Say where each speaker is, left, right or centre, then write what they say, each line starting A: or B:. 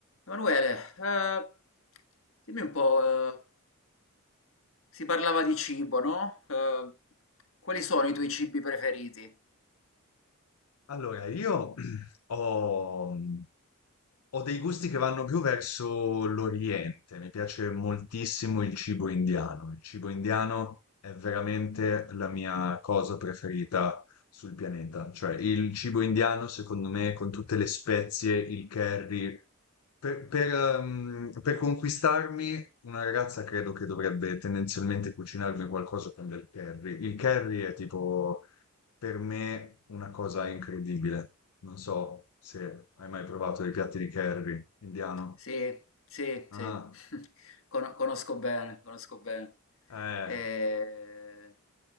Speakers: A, on the left; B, on the left.
A: Emanuele, eh, dimmi un po', eh, si parlava di cibo, no? Eh, quali sono i tuoi cibi preferiti?
B: Allora, io <clears throat> ho, mhmm, ho dei gusti che vanno più verso l'Oriente, mi piace moltissimo il cibo indiano, il cibo indiano è veramente la mia cosa preferita sul pianeta, cioè il cibo indiano secondo me con tutte le spezie, il curry, per, per, ehm, per conquistarmi una ragazza credo che dovrebbe tendenzialmente cucinarmi qualcosa con del curry, il curry è tipo per me una cosa incredibile. Non so se hai mai provato i piatti di curry indiano.
A: Sì, sì,
B: Ah,
A: sì. <laughs> Cono- conosco bene, conosco bene.
B: eh,
A: Eh,